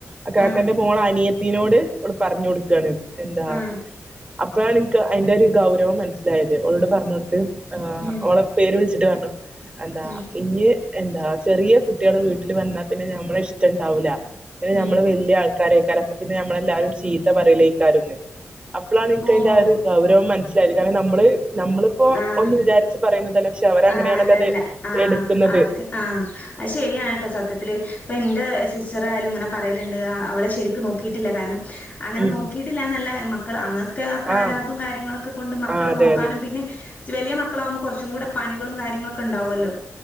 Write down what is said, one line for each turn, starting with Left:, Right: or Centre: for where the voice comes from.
Right: ആ കാക്കന്റെ
Left: ആഹ്
Right: മോളെ അനിയത്തിനോട് ഓള് പറഞ്ഞു കൊടുക്കാണ് എന്താ
Left: ആഹ്
Right: അപ്പോഴാണ്ൻക്ക് അയിന്റെ ഒരു ഗൗരവം മൻസ്സിലായത് ഓളോട് പർഞ്ഞൊട്ത്ത് ആഹ്
Left: ഉം
Right: ഓളെ പേര് വിൾച്ച് ട്ട് പറഞ്ഞു എന്താ
Left: ഉം
Right: ഇഞ്ഞി എന്താ ചെറിയ കുട്ടികള് വീട്ടിൽ വന്നാ പിന്നെ ഞമ്മള ഇഷ്ടണ്ടാവൂല പിന്നെ
Left: ഉം
Right: ഞമ്മള് വല്ല്യ ആൾക്കാരയ്ക്കാരം അപ്പ പിന്നെ നമ്മളെ എല്ലാരും ചീത്ത പറലയ്ക്കാരംന്ന് അപ്പളാണ് ഇൻക്കയ്ന്റെ
Left: ഓഹ്
Right: ആ ഒരു ഗൗരവം മനസ്സിലായത് കാരണം നമ്മള് നമ്മളിപ്പോ
Left: ആഹ്
Right: ഒന്ന് വിചാരിച്ച് പറയുന്നതല്ല പക്ഷെ അവരങ്ങനെയാണല്ലോ
Left: ആഹ് അല്ല
Right: അത്
Left: അല്ല ആഹ്
Right: എടുക്കുന്നത്
Left: അവര്ക്ക് ആഹ് അത് ശരിയാണ് കെട്ടോ സത്യത്തില് ഇപ്പന്റെ സിസ്റ്ററായാലും ഇങ്ങനെ പറയലുണ്ട് അവളെശരി ക്ക് നോക്കിയിട്ടില്ല കാരണം അങ്ങനെ
Right: ഉം
Left: നോക്കിയിട്ടില്ല എന്നല്ല മക്കള് അന്നൊക്കെ പ്രാരാബ്തും
Right: ആ
Left: കാര്യങ്ങളൊക്കെ കൊണ്ട് മക്കളെ
Right: ആ അതെ
Left: നോക്കാനും
Right: അതെ
Left: പിന്നെ ച്ച് വല്ല്യ മക്കളാവകുമ്പോ കൊർച്ചും കൂടെ പണികളും കാര്യങ്ങളും ഒക്കെണ്ടാവുമല്ലോ